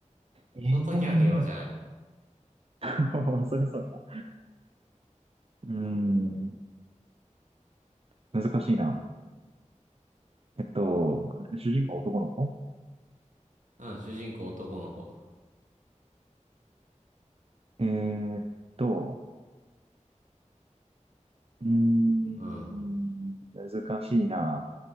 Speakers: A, on the right (about 50°); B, on the right (about 80°).
A: ええ
B: その時は平和じゃない。
A: ー、<laughs> それそうやな。うーん、難しいな。えっと、主人公は男の子
B: うん、主人公男の子。
A: えーっと、うーん、
B: うん。
A: 難しいな。